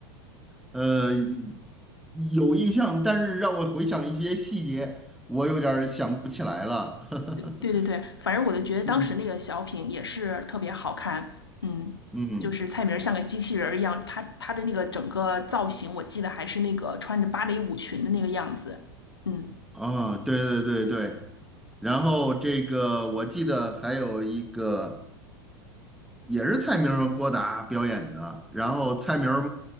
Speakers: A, in the centre; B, on the left.
A: 呃，有印象，但是让我回想一些细节，我有点儿想不起来了。<laughs>
B: 对对对，反正我就觉得当时那个小品也是特别好看，
A: 嗯
B: 嗯，
A: 嗯，
B: 就是蔡明儿像个机器人儿一样，他他的那个整个造型，我记得还是那个穿着芭蕾舞裙的那个样子，嗯，
A: 啊，对对对对，然后这个我记得还有一个。也是蔡明儿和郭达表演的，然后蔡明儿